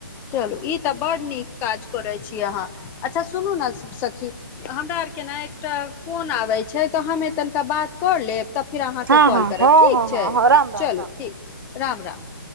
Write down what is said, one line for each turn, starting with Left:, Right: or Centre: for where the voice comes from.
Left: चलू ई तऽ बड् नीक काज करै छी अहाँ अच्छा सुनू ने सखी हमरा आर के ने एकटा फोन आबै छै तऽ हममे तनिका बाद कर लेब तब फिर अहाँके
Right: हँ
Left: कॉल
Right: हँ
Left: करब
Right: हँ
Left: ठीक
Right: हँ हँ
Left: छै,
Right: राम राम राम
Left: चलू
Right: राम
Left: ठीक राम राम।